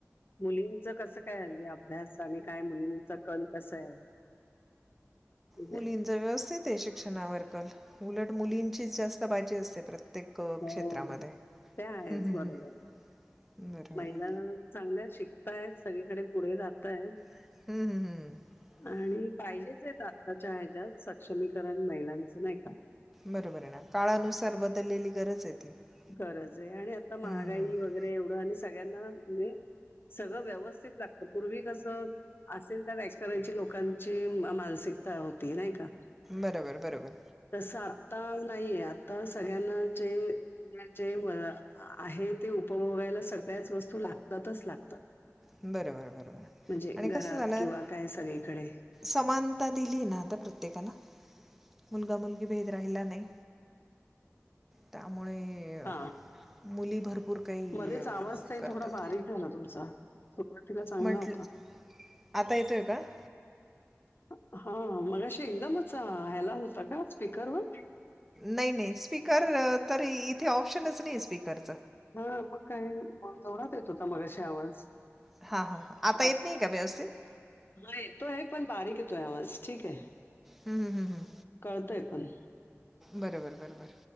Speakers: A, on the left; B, in the centre.
A: मुलींचं कसं काय हली अभ्यास आणि काय मुलींचा कल कस आहे म्हणजे
B: मुलींचा व्यवस्थ. शिक्षणावर उलट मुलींची जास्त बाजी असते प्रत्येक अ,
A: हो
B: क्षेत्रामध्ये
A: ते आहेच
B: हम्म, हम्म,
A: बरोबर
B: हम्म. बरोबर
A: महिला.
B: आहे
A: चांगल्या शिकताय सगळीकडे पुढे जातात.
B: हम्म -हम्म- हम्म
A: आणि पाहिजेच आहेत आत्ताच्या ह्याच्यात सक्षमीकरण महिलांचं नाही का
B: बरोबर आहे ना काळानुसार बदललेली गरज आहे ती हम्म,
A: गरज आहे आणि आता महागाई
B: हम्म, हम्म.
A: वगैरे एवढं आणि सगळ्यांना म्हणजे सगळं व्यवस्थित लागत पूर्वी कस असेल त्या व्यास करायची लोकांची मानसिक तिथं होती नाही का
B: बरोबर- बरोबर
A: तसं आता नाहीये आता सगळ्यांना -जे म्हणजे आहे ते उपभोगायला सगळ्याच वस्तू लागतातच -लागतात
B: बरोबर बरोबर
A: <inaudible> म्हणजे
B: आणि
A: घरात
B: कसं झालं
A: किंवा काय सगळीकडे
B: समानता दिली ना आता प्रत्येक देताना मुलगा मुलगी भेद राहिला नाही त्यामुळे अ,
A: हा
B: मुली भरपूर काही
A: मध्येच
B: अ,
A: आवाज ताई
B: करतात
A: थोडा बारीक झाला तुमचा सुरुवातीला चांगला
B: म्हटलं
A: होता
B: आता येतोय का
A: <inaudible> हा मगाशी एकदमच ह्याला होता का स्पीकरवर
B: नाही नाही स्पीकर तर इथे ऑप्शनच नाही स्पीकरच
A: ह मग काय मग जोरात येत होता मगाशी आवाज
B: हां,
A: <inaudible>
B: हां. आता येत
A: हा
B: नाही का व्यवस्थित?
A: येतो आहे पण बारीक येतोय आवाज ठीक आहे
B: हम -हम हम -हम
A: कळतय पण.
B: बरोबर बरोबर.